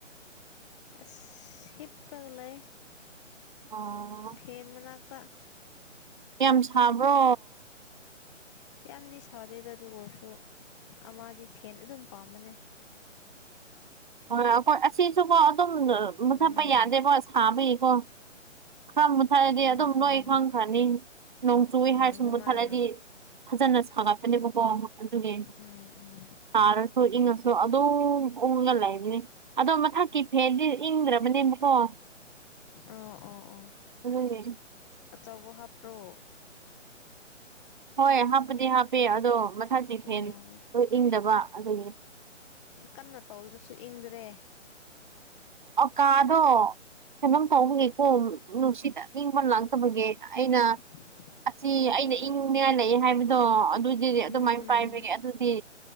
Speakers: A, on the left; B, on the right.
A: ꯑꯁ ꯁꯤꯞꯄꯒꯂ ꯂꯩ
B: ꯑꯣ
A: ꯐꯦꯟ ꯃꯅꯥꯛꯇꯥ
B: ꯌꯥꯝ ꯁꯥꯕ꯭ꯔꯣ
A: ꯌꯥꯝꯗꯤ ꯁꯥꯗꯦꯗ ꯑꯗꯨ ꯑꯣꯏꯔꯁꯨ ꯑꯃꯗꯤꯗꯤ ꯐꯦꯟ ꯑꯗꯨꯝ ꯄꯥꯝꯕꯅꯦ
B: ꯍꯣꯏ ꯑꯩꯈꯣꯏ ꯑꯁꯤꯁꯨꯕꯣ ꯑꯗꯨꯝ ꯃꯨꯊꯠꯄ
A: ꯎꯝ
B: ꯌꯥꯗꯦꯕꯣ ꯁꯥꯕꯒꯤꯀꯣ ꯈꯪ ꯃꯨꯠꯊꯠꯂꯗꯤ
A: ꯎꯝ
B: ꯑꯗꯨꯝ
A: ꯎꯝ
B: ꯅꯣꯏ ꯈꯪꯈ꯭ꯔꯅꯤ ꯅꯣꯡ ꯆꯨꯏ
A: ꯎꯝ
B: ꯍꯥꯏꯔꯁꯨ
A: ꯑꯗꯨꯃꯥꯏꯅ
B: ꯃꯨꯠꯊꯠꯂꯗꯤ ꯐꯖꯅ ꯁꯥꯒꯠꯄꯅꯦꯕꯀꯣ ꯑꯗꯨꯒꯤ
A: ꯎꯝ ꯎꯝ
B: ꯇꯥꯔꯁꯨꯣ ꯏꯅꯁꯣ ꯑꯗꯣ ꯎꯉ ꯂꯩꯦ ꯑꯗꯣ ꯃꯊꯛꯀꯤ ꯐꯦꯟꯗꯤ ꯏꯪꯗ꯭ꯔꯕꯅꯦꯕꯀꯣ
A: ꯑꯣ ꯑꯣ ꯑꯣ
B: ꯑꯗꯨꯒꯤ
A: ꯑꯆꯧꯕ ꯍꯥꯞꯄ꯭ꯔꯣ
B: ꯍꯣꯏ ꯍꯥꯞꯄꯗꯤ ꯍꯥꯞꯄꯤꯦ ꯑꯗꯣ ꯃꯊꯛꯁ
A: ꯑꯣ
B: ꯍꯦꯟ ꯏꯪꯗꯕ ꯑꯗꯨꯅꯦ
A: ꯀꯟꯅ ꯇꯧꯗ꯭ꯔꯁꯨ ꯏꯪꯗ꯭ꯔꯦ
B: ꯀꯥꯗꯣ ꯀꯩꯅꯣꯝ ꯇꯧꯕꯈꯤꯒꯦꯀꯣ ꯅꯨꯡꯁꯤꯠꯇ ꯑꯏꯪꯕ ꯂꯥꯛꯇꯕꯒꯤ ꯑꯩꯅ
A: ꯎꯝ
B: ꯑꯁꯤ
A: ꯎꯝ
B: ꯑꯩꯅ ꯏꯪꯅꯤꯡꯉꯜꯂꯛꯑꯦ
A: ꯎꯝ
B: ꯍꯥꯏꯕꯗꯣ ꯑꯗꯨꯗꯤ ꯑꯗꯨꯃꯥꯏꯅ
A: ꯎꯝ ꯎꯝ
B: ꯄꯥꯏꯕꯒꯦ ꯑꯗꯨꯗꯤ